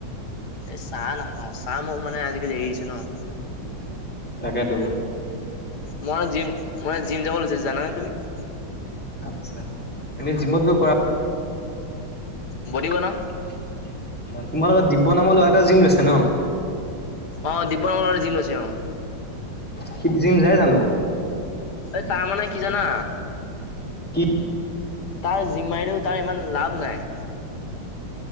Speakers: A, on the left; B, in the centre.
A: এই চাহ নাখাওঁ চাহ মই মানে আজিকালি এৰি দিছো ন
B: তাকে তো
A: মই মানে জিম জিম যাব বুলিছে জানা নে তুমি উ <unintelligible>
B: আচ্ছা এনেই জিমত গৈ কৰা
A: বডি বনাও।
B: তোমাৰ লগত দিব্য নামৰ ল'ৰা এটা জিম লৈছিল ন
A: অ দিব্যন মলে জিম লৈছে অ
B: সি জিম যাই জানো
A: অ তাৰ মানে কি জানা
B: কি?
A: তাৰ জিমা মাইনত তাৰ ইমান লাভ নাই